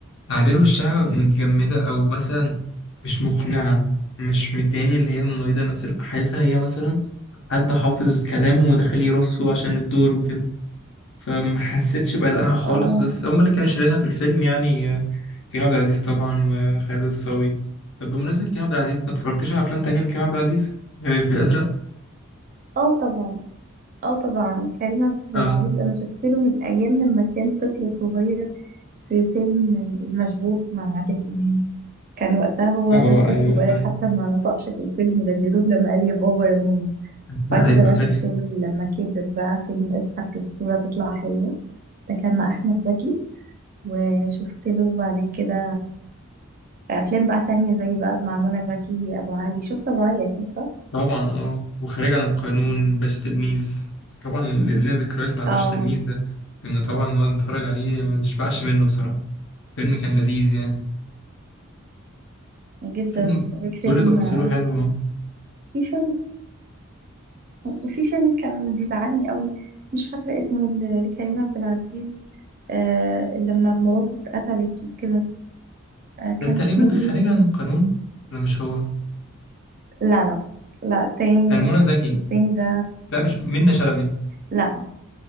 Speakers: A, on the left; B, on the right.
A: عابر وشها متجمدة او مثلا مش مقنعة مش مدياني اللي هي المريضة نفس ال- حاسسها هي مثلا حد حافظ كلامه وداخل يرصه عشان الدور وكده فما حسيتش بأدائها خالص
B: اه
A: بس هما اللي كانوا شايلينها في الفيلم يعني آه، كريم عبد العزيز طبعا وخالد الصاوي طب بمناسبة كريم عبد العزيز ما اتفرجتش على أفلام تانية لكريم عبد العزيز غير الفيل الأزرق؟
B: اه طبعا اه طبعا كريم عبد العزيز
A: اه
B: انا شفت له من ايام لما كان طفل صغير في فيلم المشبوه مع عادل امام كان وقتها هو
A: اه
B: طفل
A: ايوه
B: صغير
A: فاهم
B: حتى ما نطقش في الفيلم ده يا دوب لما قال يا بابا يا ماما
A: <laughs>
B: بعد
A: ايوه
B: كده بقى شفت له لما كبر بقى فيلم اضحك الصورة تطلع حلوة ده كان مع احمد زكي وشفت له بعد كده افلام بقى تانية زي بقى مع منى زكي ابو علي شفت ابو علي اكيد صح
A: طبعا اه وخارج عن القانون باشا تلميذ طبعا اللي لينا ذكريات مع باشا
B: اه
A: تلميذ ده كنا طبعا نقعد نتفرج عليه ما نشبعش منه بصراحة فيلم كان لذيذ يعني
B: جدا
A: فيلم
B: وفيلم
A: كل تفاصيله حلوة
B: في فيلم وفي فيلم كان بيزعلني قوي مش فاكرة اسمه ل- لكريم عبد العزيز آه لما مراته اتقتلت وكده آه
A: ده
B: كان
A: تقريبا
B: اسمه ايه
A: خارج عن القانون ولا مش هو
B: لا لا لا التاني
A: كان منى زكي
B: التاني ده
A: لا مش منى شلبي
B: لا